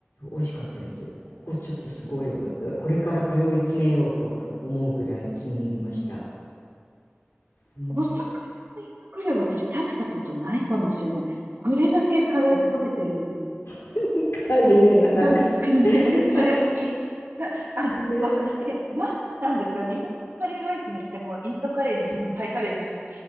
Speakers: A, on the left; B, on the right.
A: 美味しかったです。ここちょっとすごい、わこれから通い詰めようと思うぐらい気に入りました。うん。
B: う。お魚のインドカレーは私食べたことないかもしれない。これだけカレー食べてるのに、
A: ね <laughs>、カレーの話。
B: お魚、<laughs> カレー好き。
A: はい。
B: <laughs> あ、
A: ねえ。
B: わかんないで。なんなんですか日本カレーライスにしても、インドカレーにしても、
A: うん。
B: タイカレーにしても、